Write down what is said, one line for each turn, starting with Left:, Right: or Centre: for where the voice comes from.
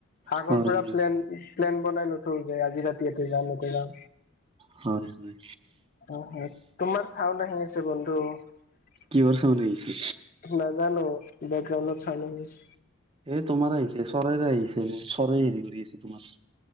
Left: আগৰ
Right: হয়
Left: পৰা প্লেন প্লেন বনাই নথৈ যায় আজি ৰাতি ইয়াতে যাওঁ নতে যাওঁ।
Right: হয় হয় হয়।
Left: অ তোমাৰ চাউন্দ আহি আছে বন্ধু। নাজানো
Right: কিহৰ চাউণ্ড আহিছে
Left: বেকগ্ৰাউণ্ডত চাব লাগিছে।
Right: এ তোমাৰ আহিছে চৰাইৰে আহিছে মই চৰাই হেৰি কৰি আছে তোমাৰ।